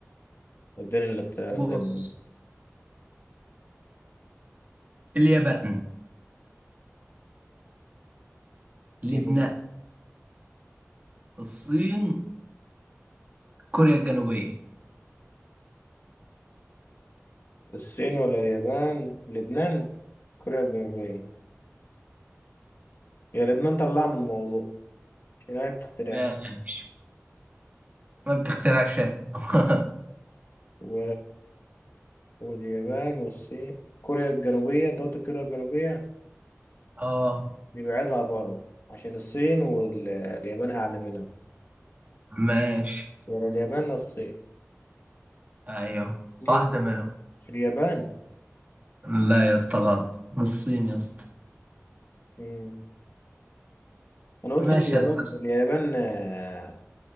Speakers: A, on the left (about 55°); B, on the right (about 30°).
A: اديني الاختيارات
B: بص
A: زي ما
B: اليابان لبنان
A: هم.
B: الصين كوريا الجنوبية
A: الصين ولا اليابان لبنان كوريا الجنوبية هي لبنان طلع من الموضوع عشان هي بتقترح
B: ماشي ما بتخترع شيء <laughs>
A: و... واليابان والصين كوريا الجنوبية دولة كوريا الجنوبية
B: اه
A: بيبعدها برضه عشان الصين واليابان أعلى منها
B: ماشي
A: ولا اليابان لا الصين
B: ايوه
A: ممكن
B: واحدة منهم
A: اليابان
B: لا يا اسطى غلط الصين يا اسطى
A: مم. أنا قلت
B: ماشي
A: اليابان
B: يا اسطى
A: اليابان آه،